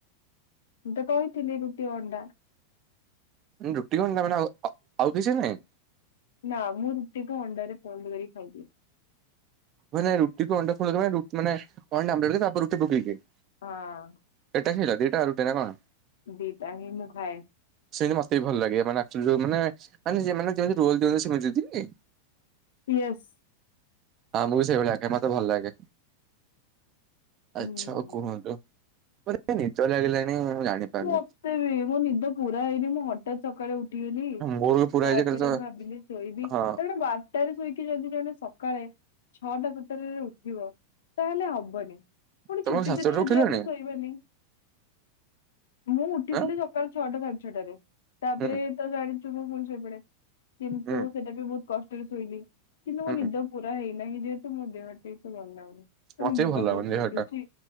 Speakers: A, on the left; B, on the right.
A: ମୁଁ ତ କହିଥିଲି ରୁଟି ଅଣ୍ଡା।
B: ରୁଟି ଅଣ୍ଡା ମାଡ ଆ ଆଉ କିଛି ନାଇଁ।
A: ନା ମୁଁ ରୁଟିକୁ ଅଣ୍ଡରେ ଫୋନ କରିକି ଖାଇଦିଏ।
B: ମାନେ ରୁଟିକୁ ଅଣ୍ଡା ଖୋଳରେ ମାନେ ରୁ ଅଣ୍ଡା ଆମ୍ଲେଟ ତାପରେ ରୁଟି ପକେଇବେ।
A: ହଁ।
B: <unintelligible> ଦିଟା ରୁଟି ନା କଣ
A: ଦିଟା ହି ମୁ ଖାଏ।
B: ସେମିତି ମତେ ବି ଭଲ ଲାଗେ। ମାନେ ଅକ୍ଚୁଆଲୀ ମାନେ ଯେମିତି ରୋଲ୍ ଦିଅନ୍ତି ସେମିତି ଦିଆନ୍ତିନିକି।
A: ୟେସ୍।
B: ହଁ ମୁଁ ବି ସେଇଭଳିଆ। ଆଜ୍ଞା ମତେ ଭଲ ଲାଗେ
A: ହୁଁ
B: ଆଛା ଆଉ କୁହନ୍ତୁ। ମତେ କାହିଁ ନିଦ ଲାଗିଲାଣି। ମୁଁ ଜାଣିପାରୁନି
A: ମତେ ବି ମୋ ନିଦ ପୁରା ହେଇନି ମୁଁ ହଠତ୍ ସକାଳେ ଉଠି ଠିଲି
B: ମୋର ବି ପୁରା
A: ତାପରେ
B: ହେଇଛି କାଲି ତ
A: ଭାବିଲି ଶୋଇବି
B: ହଁ
A: ତାଟେ ବାରଟାରେ ଶୋଇ କି ଯଦି ଜଣେ ସକାଳେ ଛଅଟା ଭିତରରେ ଉଠିବ ତାହେଲେ ହବନି। ପୁଣି
B: ତମେ
A: ଛୁଟି
B: ସାତଟାରୁ
A: ଦିନ ଯଦି
B: ଉଠିଲଣି
A: ଆମେ ଶୋଇବାନି। ମୁଁ ଉଠିଥିଲି
B: ଆଁ
A: ସକାଳ ଛଅଟା ସାଢେ ଛଅଟାରେ! ତାପରେ
B: ହୁଁ
A: ତ ଜାଣିଛୁ ମୁ ପୁଣି ଶୋଇପଡ଼େ। କିନ୍ତୁ
B: ହୁଁ
A: ସେଇଟା ବି ବହୁତ କଷ୍ଟରେ ଶୋଇଲି। କିନ୍ତୁ
B: ହୁଁ
A: ମୋ ନିଦ ପୁରା ହେଇନାହିଁ। ଯେହେତୁମୋ ଦେହ ଟିକେ ଭଲ ଲାଗୁନି। ମାନେ
B: ମତେ
A: ମୁଣ୍ଡ
B: ବି ଭଲ ଲାଗୁନି
A: ବହୁତ
B: ଦେହଟା
A: ବିନ୍ଧୁଚି